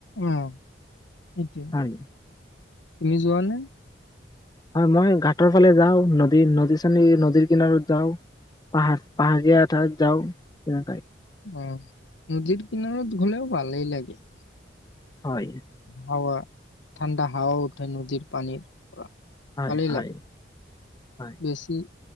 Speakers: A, on the left; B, on the left.
A: অ', সেইটোৱে,
B: হয়
A: তুমি যোৱানে?
B: হয়, মই ঘাটৰ ফালে যাওঁ, নদী, নদী চনী, নদীৰ কিনাৰত যাওঁ। পাহাৰ, পাহাৰিয়া ঠাইত যাওঁ তেনেকায়।
A: অ', নদীৰ কিনাৰত গ'লেও, ভালেই লাগে।
B: হয়।
A: হাৱা, ঠাণ্ডা হাৱাও উঠে, নদীৰ পানীৰ পৰা।
B: হয়
A: পানীলে,
B: হয় হয়
A: বেছি